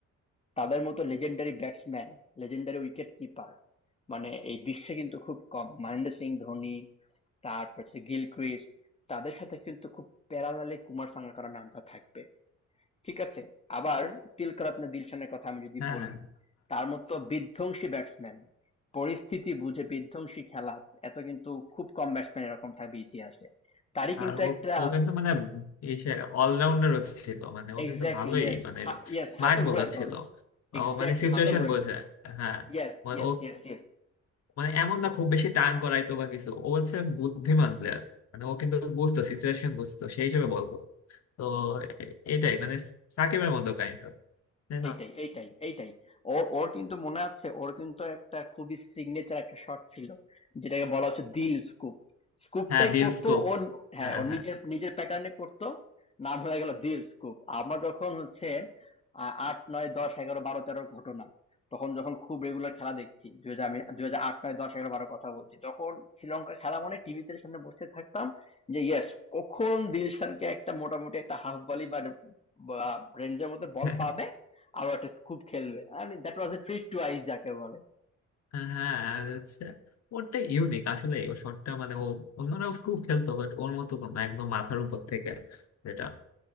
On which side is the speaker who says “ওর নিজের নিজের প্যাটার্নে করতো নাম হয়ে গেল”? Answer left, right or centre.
Left